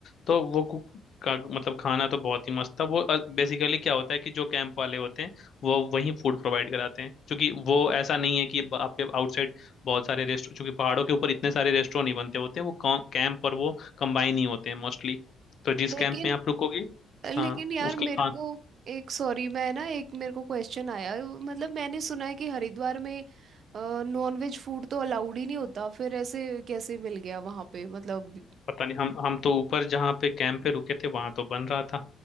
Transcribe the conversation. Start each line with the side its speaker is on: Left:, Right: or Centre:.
Left: तो वो कुक का मतलब खाना तो बहुत ही मस्त था वो बेसिकली क्या होता है कि जो कैंप वाले होते हैं वो वहीं फूड प्रोवाइड कराते हैं क्योंकि वो ऐसा नहीं है कि ब- आपके आउटसाइड बहुत सारे रेस्टोरेंट क्योंकि पहाड़ों के ऊपर इतने सारे रेस्टोरेंट नहीं बनते होते हैं वो कैंप और वो कंबाइन ही होते हैं मोस्टली तो
Right: लेकिन
Left: जिस कैंप में आप रुकोगे
Right: लेकिन
Left: हाँ
Right: यार
Left: उसका
Right: मेरे
Left: खा
Right: को एक सॉरी मैं ना एक मेरे को क्वेश्चन आया मतलब मैंने सुना है कि हरिद्वार में नॉन वेज फूड तो अलाउड ही नहीं होता फिर ऐसे कैसे मिल गया वहां पे मतलब
Left: पता नहीं हम हम तो ऊपर जहाँ पे कैंप पे रुके थे वहां तो बन रहा था